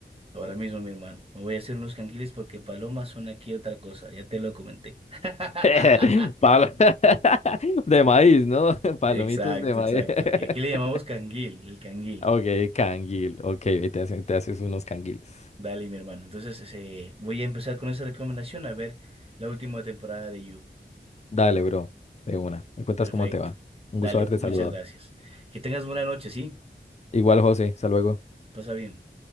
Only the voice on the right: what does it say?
Ahora mismo, mi hermano. Me voy a hacer unos canguiles porque palomas son aquí otra cosa. Ya te lo comenté. <laughs>
Exacto,
exacto. Aquí, aquí le llamamos
canguil, el canguil.
Dale, mi hermano. Entonces, ese- voy a empezar con esa recomendación a ver la última temporada de You.
Perfecto.
Dale,
muchas
gracias. Que tengas buena noche, ¿sí?
Pasa bien.